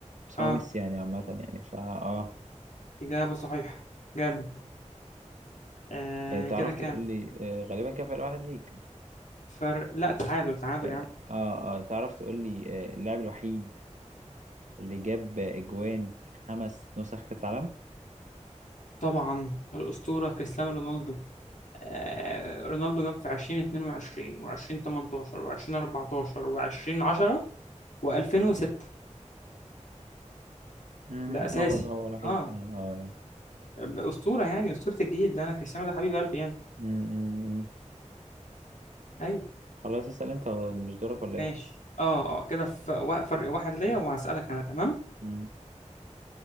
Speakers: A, on the right; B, on the left.
A: بس
B: أه
A: هو ميسي يعني عامة يعني فا آه
B: إجابة صحيحة جامد آه
A: آه، تعرف
B: كده كام
A: تقول لي آه غالبا كان فرق واحد ليك
B: فرق لا تعادل تعادل
A: آه
B: يا عم
A: آه آه، تعرف تقول لي آه اللاعب الوحيد اللي جاب أجوان في خمس نسخ كأس العالم؟
B: طبعا الأسطورة كريستيانو رونالدو آه رونالدو جاب في 2022 و2018 و2014 و2010 و2006
A: مهم.
B: ده أساسي
A: هو هو الوحيد
B: أه
A: فعلا آه يعني.
B: أسطورة يعني أسطورة الجيل ده أنا كريستيانو ده حبيب قلبي يعني
A: مم، مم، مم.
B: ايوه
A: خلاص اسأل أنت هو مش دورك ولا
B: ماشي اه اه كده في وا- فرق واحد ليا وهسألك انا تمام
A: إيه؟